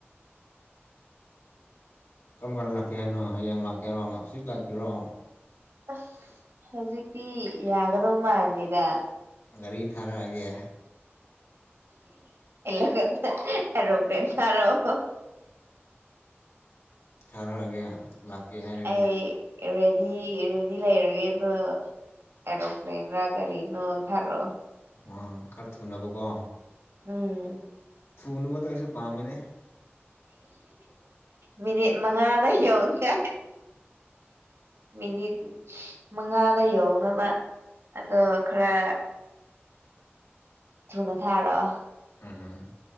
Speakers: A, on the left (about 75°); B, on the right (about 75°).
A: ꯀꯔꯝ ꯀꯥꯟ ꯂꯥꯛꯀꯦ ꯍꯥꯏꯅꯣ ꯍꯌꯦꯡ ꯂꯥꯛꯀꯦꯔꯣ ꯍꯧꯖꯤꯛ ꯂꯥꯛꯀꯔꯣ꯫
B: ꯑꯁ ꯍꯧꯖꯤꯛꯇꯤ ꯌꯥꯒꯗꯧ ꯃꯥꯜꯗꯦꯗ꯫
A: ꯒꯥꯔꯤ ꯊꯥꯔꯛꯑꯒꯦ꯫
B: ꯏꯂ ꯑꯦꯔꯄ꯭ꯂꯦꯟ ꯊꯥꯔ ꯑꯣ꯫
A: ꯊꯥꯔꯛꯑꯒꯦ꯫ ꯂꯥꯛꯀꯦ ꯍꯥꯏ
B: ꯑꯩ ꯔꯦꯗꯤ ꯔꯦꯗꯤ ꯂꯩꯔꯒꯦ ꯑꯗꯨ ꯑꯦꯔꯣꯄ꯭ꯂꯦꯟ ꯔꯥ ꯀꯔꯤꯅꯣ ꯊꯥꯔꯛꯑꯣ
A: ꯑꯣ ꯈꯥꯔ ꯊꯨꯅꯕꯒꯣ ꯀꯣ꯫
B: ꯎꯝ꯫
A: ꯊꯨꯅꯕꯗꯣ ꯑꯩꯁꯨ ꯄꯥꯝꯕꯅꯦ꯫
B: ꯃꯤꯅꯤꯠ ꯃꯉꯥꯗ ꯌꯧꯒꯦ꯫ ꯃꯤꯅꯤꯠ ꯃꯉꯥꯗ ꯌꯧꯅꯕ ꯑꯗꯣ ꯈꯔ ꯅꯊꯥꯔꯛꯑꯣ
A: ꯎꯝ